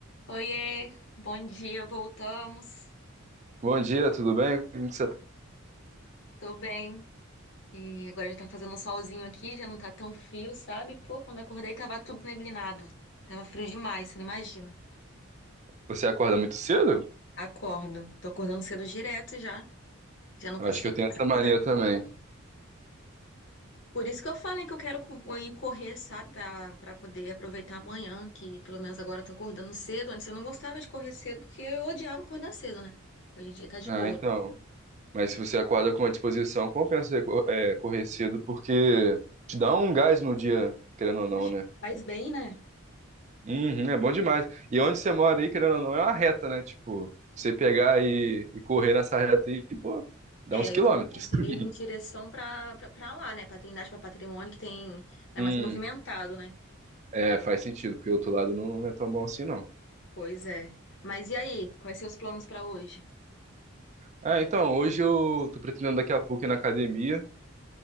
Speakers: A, on the left; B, on the right.
A: Oiê, bom dia, voltamos.
B: Bom dia, tudo bem? Como que você tá?
A: Tô bem. E agora já tá fazendo um solzinho aqui, já não tá tão frio, sabe? Pô, quando acordei tava tudo neblinado. Tava frio demais, você não imagina.
B: Você acorda muito cedo?
A: Acordo. Tô acordando cedo direto já. Já não
B: Eu
A: consigo
B: Acho que eu tenho
A: mais
B: essa
A: acordar.
B: mania também.
A: Por isso que eu falei que eu quero co- ir correr, sabe? Pra, pra poder aproveitar amanhã, que pelo menos agora eu tô acordando cedo. Antes eu não gostava de correr cedo, porque eu odiava acordar cedo, né? Hoje em dia tá de
B: Ah,
A: boa.
B: então. Mas se você acorda com uma disposição, compensa você co- é, correr cedo, porque te dá um gás no dia, querendo ou não,
A: Acho
B: né?
A: que faz bem, né?
B: Uhum, é bom demais. E onde você mora aí, querendo ou não, é uma reta, né? Tipo, você pegar e, e correr nessa reta aí, pô, dá
A: É,
B: uns quilômetros.
A: eu vou correr
B: <laughs>
A: em direção pra pra- pra lá, né? Pra Trindade, pra Patrimônio, que tem, é
B: Hum,
A: mais movimentado, né?
B: é, faz sentido, porque o outro lado não é tão bom assim, não.
A: Pois é. Mas e aí? Quais seus planos pra hoje?
B: Ah, então, hoje eu tô pretendendo daqui a pouco ir na academia.